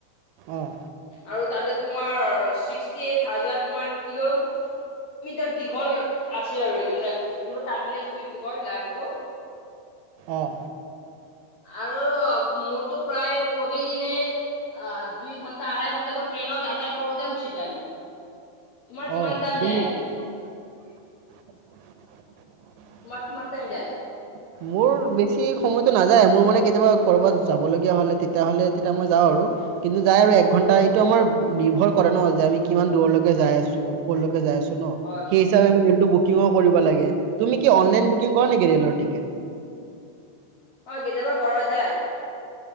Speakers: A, on the right (about 85°); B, on the left (about 70°).
A: অ'।
B: আৰু তাতে তোমাৰ ছিক্সটি এইট হাজাৰ তোমাৰ কিলো মিটাৰ দীঘল আছিল আৰু সইটো নে কিবা টাৰ্মিনেলটো এইটো কয় লাইনটো?
A: অ'।
B: আৰু মোৰতো প্ৰায় প্ৰতিদিনে আ, দুই ঘন্টা আঢ়ৈ ঘন্টা ট্ৰেইনত যাতায়ত কৰোতে গুচি যায় মোৰ। তোমাৰ কিমান
A: অ
B: টাইম
A: তুমি
B: যায় এনে?
A: <inaudible>
B: তোমাৰ কিমান টাইম যায়?
A: <inaudible> মোৰ বেছি সময়টো নাযায়। মোৰ মানে কেতিয়াবা কৰ'বাত যাবলগীয়া হ'লে, তেতিয়া হ'লে তেতিয়া মই যাওঁ আৰু। কিন্তু যায় আৰু এক ঘণ্টা এইটো আমাৰ নিৰ্ভৰ কৰে ন' যে আমি কিমান দূৰলৈ কে যাই আছো কলৈকে যাই আছো ন'।
B: হয়
A: সেই হিচাপে ৰেলটো বুকিংও কৰিব লাগে। তুমি কি অনলাইন বুকিং কৰা নেকি ৰেলৰ টিকেট?
B: হয়, কেতিয়াবা কৰা যায়।